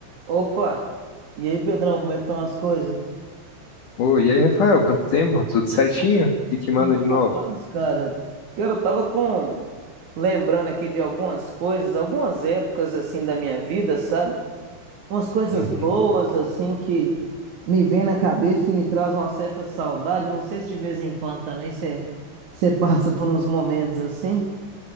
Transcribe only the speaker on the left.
Oi, e aí, Rafael, quanto tempo? Tudo certinho? O que que manda
de
novo?
Uhum.